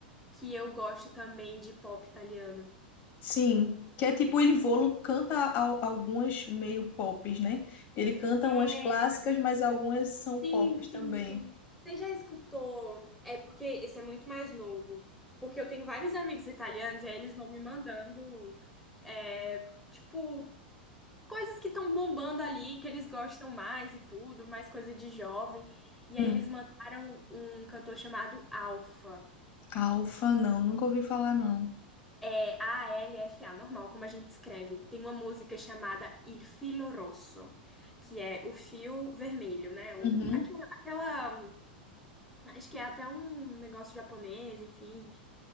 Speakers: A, in the centre; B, on the left.
A: que eu gosto também de pop italiano.
B: Sim, que é tipo Il Volo canta al- algumas meio pops, né? Ele canta
A: É,
B: umas clássicas, mas algumas são pops
A: sim, sim,
B: também.
A: sim. Você já escutou? É porque esse é muito mais novo. Porque eu tenho vários amigos italianos e aí eles vão me mandando, é, tipo, coisas que estão bombando ali, que eles gostam mais e tudo, mais coisa de jovem. E
B: Hum.
A: aí eles mandaram um cantor chamado Alfa.
B: Alfa, não, nunca ouvi falar não.
A: É A-L-F-A, normal, como a gente escreve. Tem uma música chamada Il Filo Rosso, que é o fio vermelho, né? O,
B: Uhum.
A: aquela, aquela- Acho que é até um negócio japonês, enfim.